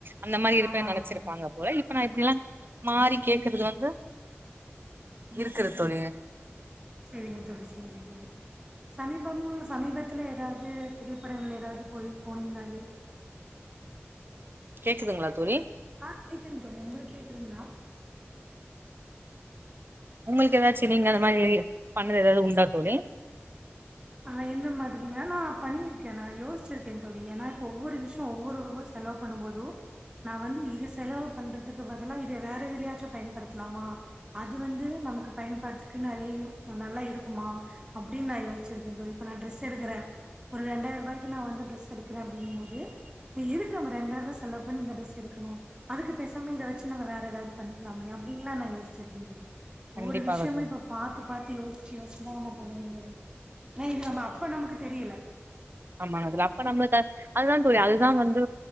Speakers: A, on the right; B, on the right.
A: அந்த மாரி
B: தோழி
A: இருப்பேன்
B: ஆமாங்க
A: நெனச்சிரு
B: தோழி
A: முன்ன போல இப்ப நா இப்டில்லா மாறி கேக்குறது வந்து இருக்குற தோழி
B: சேரிங்க தோழி சேரிங்க தோழி சமீபம் சமீபத்துல ஏதாவது திரைப்படங்கள் ஏதாவது போய் போனிங்களா லீ
A: கேக்குதுங்ளா தோழி
B: ஆ கேக்குதுங் தோழி உங்களுக்கு கேக்குதுங்ளா
A: உங்களுக்கு ஏதாச்சு நீங்க அந்த மாரி பண்ணது ஏதாவது உண்டா தோழி
B: ஆ இந்த மாதிரில்லா நா பண்ணிருக்கே நா யோச்சிருக்க தோழி ஏனா இப்ப ஒவ்வொரு விஷயோ ஒவ்வொரு ரூபா செ செலவு பண்ணும்போது நான் வந்து இது செலவு பண்றதுக்கு பதிலா இத வேற எதுலயாச்சு பயன்படுத்தலாமா அது வந்து நமக்கு பயன்பாட்டுக்கு நிறையு நல்லா இருக்குமா அப்டின்னு நா யோஸ் சிருக்க தோழி இப்ப நா டிரெஸ் எடுக்குற ஒரு ரெண்டாயிர ரூபாய்க்கு நான் வந்து டிரெஸ் எடுக்கற அப்டிங்கும்போது எதுக்கு நம்ம ரெண்டாயிர ரூபா செல்ல பண்ணி இந்த டிரெஸ் எடுக்கணு அதுக்கு பேசாம இத வெச்சு நாம வேற எதாவது பண்ணிக்கலாம்லயா அப்டின்லா நான் யோசிச்சிருக்கேன் தோழி ஒவ்வொரு
A: கண்டிப்பாக
B: விஷயமு
A: தோழி
B: இப்ப பாத்து பா்த்து யோசிச்சு யோசிச்சுதா நம்ம பண்ண வேண்டியதா இருக் ந இது நம்ம அப்ப நமக்கு தெரியல
A: ஆமா அதுல அப்ப நம்மளுக்கு அ அதுதா தோழி அதுதா வந்து